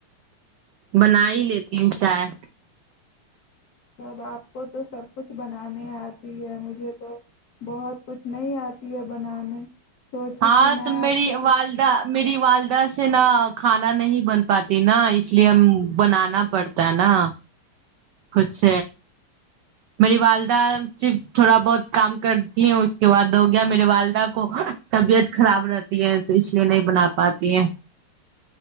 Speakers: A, on the right; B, on the left.
A: بنا ہی لیتی ہوں چائے
B: اب آپ کو تو سب کچھ بنانے آتی ہے مجھے تو بہت کچھ نہیں آتی ہے بنانے سوچی
A: ہاں
B: کہ میں
A: تو
B: آپ
A: میری
B: سے کچھ
A: والدہ میری والدہ سے نا کھانا نہیں بن پاتی نا اس لیے ہم بنانا پڑتا ہے نا کچھ میری والدہ صرف تھوڑا بہت کام کرتی ہے اس کے بعد ہو گیا میری والدہ کو طبیعت خراب رہتی ہے تو اس لیے نہیں بنا پاتی ہے